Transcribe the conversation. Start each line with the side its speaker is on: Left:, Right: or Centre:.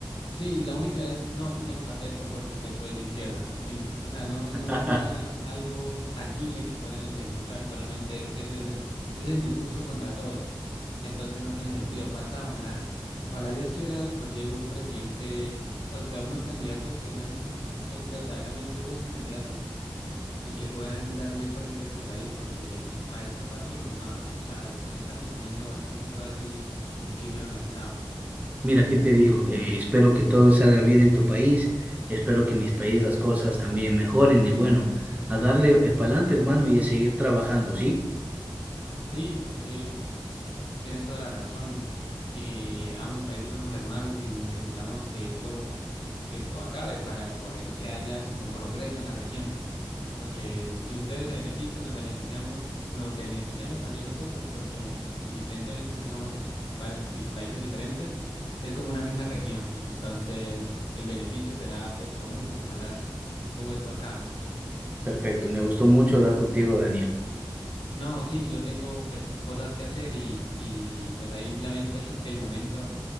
Left: Sí, la única es, no, quitemos a Petro porque Petro es de izquierda. Inc- O sea, no, no
Right: <laughs>
Left: hay nada, algo tangible que puedan eh, demostrar, solamente es, ese es el, es el discurso contra todos. Entonces no tiene sentido. Falta, ojalá, ojalá Dios quiera, nos llegue un presidente, o sea, unos candidatos que sean ver- verdaderamente buenos candidatos y que puedan darle frente a este país, porque a este paso nos va, o sea, nos está consumiendo bastante otra vez el, el crimen organizado.
Right: Mira, ¿qué te digo? Eh, espero que todo salga bien en tu país. Espero que en mis países las cosas también mejoren. Y bueno, a darle para adelante, hermano, y a seguir trabajando, ¿sí?
Left: Sí, sí. Tienes toda la razón. Eh, ambos países somos hermanos y necesitamos que esto, esto acabe para poder que haya como progreso en la región. Porque si ustedes se benefician, nos beneficiamos, nos beneficiamos también nosotros, porque indiferentemente que somos vari- de países diferentes, es como una misma región. Entonces, el beneficio será pues común. Ojalá todo esto acabe.
Right: Perfecto. Me gustó mucho hablar contigo, Daniel.
Left: No, sí, yo tengo pues cosas que hacer y, y pues ahí lamento el, <laughs> el momento